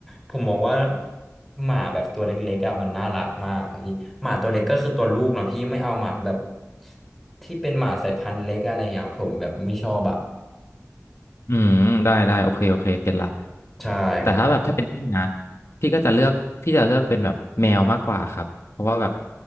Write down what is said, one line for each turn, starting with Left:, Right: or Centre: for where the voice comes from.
Centre: ผมมองว่าหมาแบบตัวเล็กๆอ่ะมันน่ารักมากครับพี่หมาตัวเล็กก็คือตัวลูกเนาะพี่ไม่เอาหมาแบบที่เป็นหมาสายพันธุ์เล็กอะไรอย่างเงี้ยผมแบบไม่ชอบอ่ะ
Left: อืมได้ได้โอเคโอเคเก็ตละ
Centre: ใช่ครับ
Left: แต่ถ้าแบบถ้าเป็นพี่นะพี่ก็จะเลือกพี่จะเลือกเป็นแบบแมวมากกว่าครับเพราะว่าแบบ